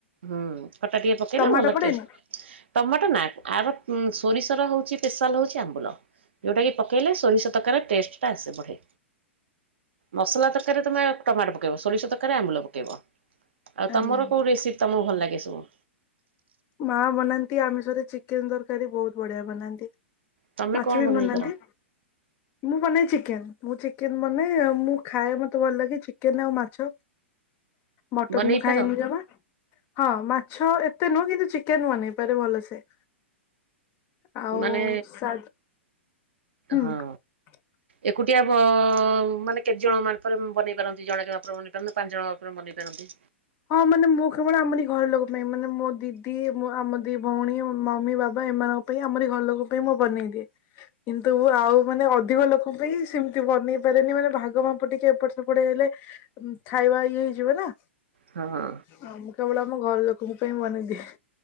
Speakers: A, on the right; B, on the left.
A: ହୁଁ ଖଟା ଟିକେ ପକେଇଲା
B: ଟମାଟୋ
A: ଭଲ
B: ପଡେନି?
A: ଟେଷ୍ଟ। ଟମାଟୋ ନା ଆର ସୋରିଷର ହଉଛି ସ୍ପେଶାଲ ହଉଛି ଆମ୍ବୁଲ। ଯୋଉଟା କି ପକେଇଲେ ସୋରିଷ ତରକାରିର ଟେଷ୍ଟ ଟା ଆସେ ବଢେ। ମସଲା ତରକାରୀ ତୁମେ ଟମାଟୋ ପକାଇବ, ସୋରିଷ ତରକାରୀ ଆମ୍ବୁଲ ପକାଇବ, ଆଉ
B: ଆଜ୍ଞା
A: ତମର
B: ଆଜ୍ଞା।
A: କେଉଁ ରେସିପି ତମକୁ ଭଲ ଲାଗେ ସବୁ?
B: ମା ବନାନ୍ତି ଆମିଷରେ ଚିକେନ ତରକାରୀ ବହୁତ ବଢିଆ ବନାନ୍ତି।
A: ତମେ
B: ମାଛ
A: କଣ
B: ବି
A: ବନେଇ
B: ଵନାନ୍ତି।
A: ପାର
B: ମୁଁ ବନାଏ ଚିକେନ ମୁଁ ଚିକେନ ବନାଏ ମୁଁ ଖାଏ ମତେ ଭଲ ଲାଗେ ଚିକେନ, ଆଉ ମାଛ। ମଟନ
A: ବନେଇ
B: ମୁଁ ଖାଇନି
A: ପାର
B: ଜମା ହଁ ମାଛ ଏତେ ନୁହଁ କିନ୍ତୁ ଚିକେନ ବନେଇପାରେ ଭଲସେ। ଆଉ
A: ମାନେ
B: ସା ହୁଁ
A: ହଁ।
B: <inaudible>
A: ଏକୁଟିଆ ମାନେ କେତେ ଜଣଙ୍କ ମାପରେ ବନେଇ ପାରନ୍ତି ଜଣକେ ମାପରେ ବନେଇ ପାରନ୍ତି ପାଞ୍ଚ ଜଣ ଙ୍କ ମାପରେ ବନେଇ ପାରନ୍ତି।
B: ହଁ ମାନେ ମୁଁ କେବଳ ଆମରି ଘର ଲୋକ ପାଇଁ ମାନେ ମୋ ଦିଦି, ଆମ ଦି ଭଉଣୀ ମମି ବାବା ଏମାନଙ୍କ ପାଇଁ ଆମରି ଘର ଲୋକ ପାଇଁ ମୁଁ ବନେଇ ଦିଏ। କିନ୍ତୁ ଆଉ ମାନେ ଅଧିକ ଲୋକଙ୍କ ପାଇଁ ସେମିତି ବନେଇ ପାରେନି ମାନେ ଭାଗ ମାପ ଟିକେ ଏପଟେ ସେପଟେ ହେଇଗଲେ। ଖାଇବା ଇଏ ହେଇଯିବ ନା।
A: ହଁ।
B: ହଁ ମୁଁ କେବଳ ଆମ ଘର ଲୋକଙ୍କ ପାଇଁ ବନେଇ ଦିଏ।